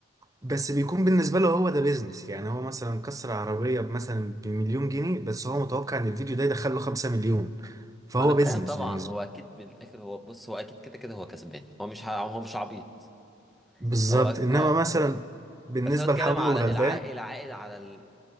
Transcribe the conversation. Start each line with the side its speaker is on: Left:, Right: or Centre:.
Right: بس بيكون بالنسبه له هو ده بيزنس يعني هو مثلا كسر عربيه مثلا بمليون جنيه بس هو متوقع ان الفيديو ده يدخل له 5 مليون فهو
Centre: ما انا فاهم
Right: بيزنس
Centre: طبعا
Right: بالنسبه
Centre: هو اكيد
Right: له
Centre: بالاخر هو بص هو اكيد كده كده هو كسبان هو مش ع- هو مش عبيط
Right: بالظبط
Centre: هو
Right: انما
Centre: اه
Right: مثلا بالنسبه
Centre: بس انا بتكلم
Right: لحمو
Centre: على
Right: الغلبان
Centre: العائد العائد على ال-